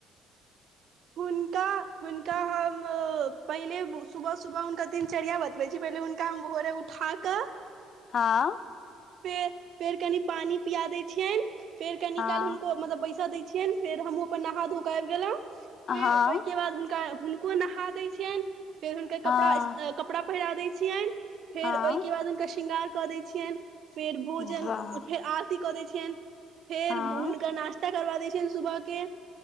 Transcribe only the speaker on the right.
हुनका हुनका हम पहिले सुबह सुबह हुनका दिनचर्या बतबै छी फेर हुनका हम भोरे उठा कऽ
फेर फेर कनि पानी पिया दै छियनि फेर कनि
काल हुनको मतलब बैस दै छियनि फेर हमहुं अपन नहा धो क आइब गेलहुं फेर
ओहिके नबाद हुनका हुनको नहा दै छियन फेर हुनकर
कपड़ा कपड़ा पहिरा दै छियन फेर
ओहिके बाद हुनका श्रृंगार क दै छियन फेर भोजन
फेर आरती क दै छियन फेर
हुनका नास्ता करबा दै छियन सुबह के